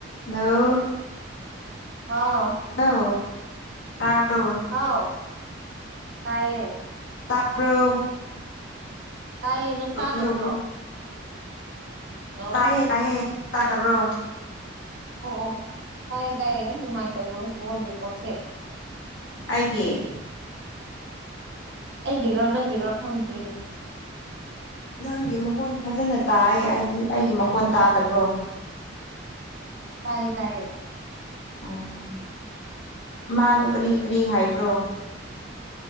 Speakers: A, on the left; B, on the right.
A: ꯅꯧ
B: ꯑꯥꯎ
A: ꯑ ꯑꯥꯕ
B: ꯍꯥꯎ ꯇꯥꯏꯌꯦ
A: ꯇꯥꯕ꯭ꯔꯣ
B: ꯇꯥꯏꯌꯦ ꯅꯪ ꯇꯥꯗꯕ꯭ꯔꯣ
A: ꯍꯜꯂꯣ
B: ꯍꯜꯂꯣ
A: ꯇꯥꯏꯌꯦ ꯇꯥꯏꯌꯦꯦ ꯇꯥ ꯇꯕ꯭ꯔꯣ
B: ꯑꯣ ꯇꯥꯏꯌꯦ ꯇꯥꯏꯌꯦ ꯌꯥꯝ ꯅꯨꯡꯉꯥꯏ ꯇꯕ꯭ꯔꯣꯣꯅꯤ ꯑꯣꯁꯦ
A: ꯑꯩꯒꯤꯦ
B: ꯑꯩꯒꯤꯔꯣ ꯅꯪꯒꯤꯔꯣ ꯐꯪꯗ꯭ꯔꯤꯅꯤ
A: ꯅꯪꯒꯤ ꯃꯈꯣꯟ ꯐꯖꯅ ꯇꯥꯏꯌꯦ ꯍꯥꯏꯗꯤ ꯑꯩꯒꯤ ꯃꯈꯣꯟ ꯇꯥꯗꯕ꯭ꯔꯣ
B: ꯇꯥꯏꯌꯦ ꯇꯥꯏꯌꯦ
A: ꯎꯝ ꯃꯥꯗꯨ ꯀꯔꯤ ꯀꯔꯤ ꯍꯥꯏꯕ꯭ꯔꯣ